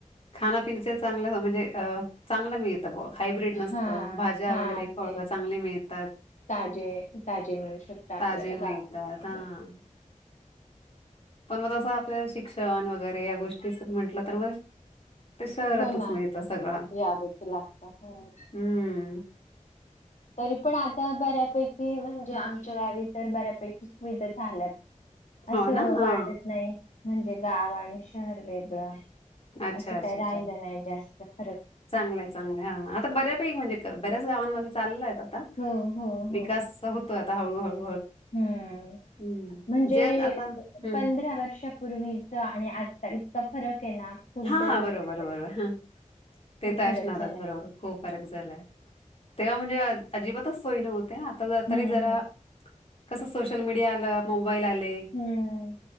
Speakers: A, on the left; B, on the left.
A: खाण्यापिण्याच चांगलं म्हणजे अ चांगलं मिळत. बा हायब्रीड नसत
B: हा
A: भाज्या
B: हा
A: वगैरे फळ
B: ते
A: चांगली मिळतात
B: ताजे ताजे मिळू शकत आपल्याला
A: ताजे मिळतात
B: गावी सगळं.
A: ह- पण मग असं आपल्या शिक्षण वगैरे या गोष्टीच म्हंटलं तर मग- ते शहरातच
B: हो ना
A: मिळतं सगळं
B: यावच लागत हम्म.
A: हम्म
B: तरी पण आता बऱ्यापैकी म्हणजे आमच्या गावी- तर बऱ्यापैकी सुविधा- झाल्यात.
A: हो
B: असं
A: ना हा
B: वाटत नाही- म्हणजे गाव आणि शहर वेगळं-
A: अच्छा
B: असं
A: अच्छा
B: काही
A: अच्छा
B: राहिलं नाही जास्त फरक
A: चांगलंय चांगलंय हा आता बऱ्यापैकी म्हणजे- बऱ्याच गावांमध्ये चालेलल आहे आता
B: हम हम
A: विकास
B: हा
A: होतोय आता हळू हळू
B: हम्म
A: हं.
B: म्हणजे
A: जे आत- आता हं.
B: पंधरा वर्षापूर्वीच आणि आता इतकं फरक आहे ना, खूप
A: हा
B: डेव्हलपमेंट
A: हा बरोबर
B: झाली.
A: बरोबर हा ते
B: खूप
A: तर
B: फरक
A: असणारंच
B: झालाय.
A: बरोबर हो फरक झालाय तेव्हा म्हणजे अजिबातच सोय नव्हत्या आ तरी
B: हं,
A: जरा
B: हं.
A: कसं सोशल मीडिया आलं मग बाईल आले
B: हं,